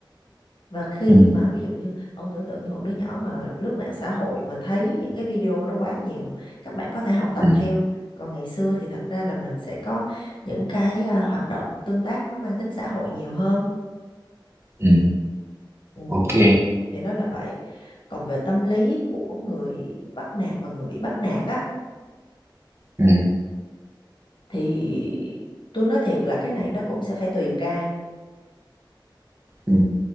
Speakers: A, on the left (about 65°); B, on the right (about 30°).
A: và khi
B: ừ
A: mà ví dụ như ông tưởng tượng như một đứa nhỏ mà lướt mạng xã hội mà thấy những cái video đó quá nhiều các bạn có thể học tập
B: ừ
A: theo còn ngày xưa thì thật ra là mình sẽ có những cái à, hoạt động tương tác nó mang tính xã hội nhiều hơn
B: ừ
A: ừ,
B: ok
A: thì đó là vậy còn về tâm lý của người bắt nạt và người bị bắt nạt á
B: ừ
A: thì tôi nói thiệt là cái này nó cũng sẽ phải tùy ca
B: ừ